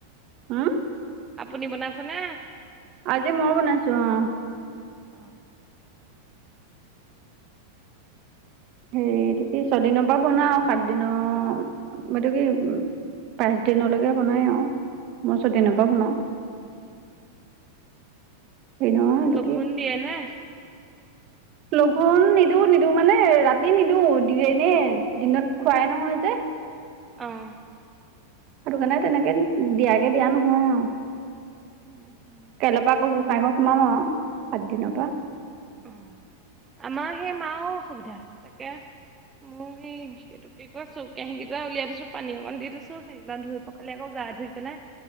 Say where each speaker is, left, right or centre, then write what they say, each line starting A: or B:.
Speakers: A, on the right; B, on the right.
A: হম্
B: আপুনি বনাইছে নে?
A: আজি মই বনাইছো। অ',
B: অ
A: হেৰি এইটো কি, ছয় দিনৰ পৰা বনাও আৰু সাত দিনৰ এইটো কি উ্ পাঁচ দিনলৈকে বনাই আৰু মই ছয় দিনৰ
B: অ
A: পৰা বনাওঁ। হেৰি নহয় এইটো
B: লঘোন
A: কি
B: দিয়ে নে?
A: লঘোণ নিদিওঁ নিদিওঁ মানে, ৰাতি নিদিওঁ দি এনে দিনত খোৱাই নহয় যে,
B: অ'।
A: সেটোকাৰণে তেনেকে দিয়াকে দিয়া নহয় আৰু।
B: উম উম।
A: কাইলৰ পৰা আকৌ গোঁসাই ঘৰ সোমাম আৰু সাতদিনৰ পৰা।
B: অহ্ আমাৰ সেই মাও অসুবিধা তাকে মোৰো সেই হৈছে। এইটো কি কয় চৰু কাঁহীকেইটা উলিয়াই থৈছো। পানী অকণ দি থৈছো, সেই কেইটা ধুই পখালি আকৌ গা ধুই পেলাই